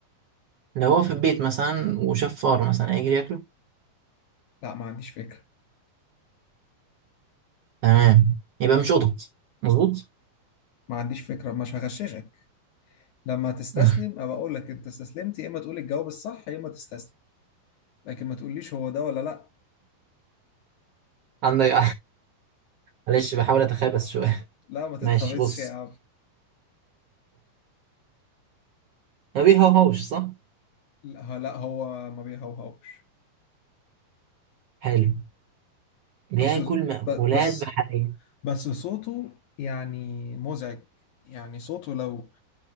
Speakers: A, on the right; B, on the left.
A: لو هو في البيت مثلا وشاف فار مثلا هيجري ياكله
B: لا ما عنديش فكرة
A: تمام يبقى مش قطط مظبوط
B: ما عنديش فكرة مش هغششك لما تستسلم
A: <laughs>
B: ابقى اقول لك انت استسلمت يا اما تقول الجواب الصح يا اما تستسلم لكن ما تقوليش هو ده ولا لا
A: عندك معلش بحاول اتخابس شوية
B: لا ما تتخبطش
A: ماشي بص
B: يا عم
A: ما بيهوهوش صح
B: لا لا هو ما بيهوهوش
A: حلو بياكل
B: بس
A: مأكولات
B: ب- بس
A: بحرية
B: بس صوته يعني مزعج يعني صوته لو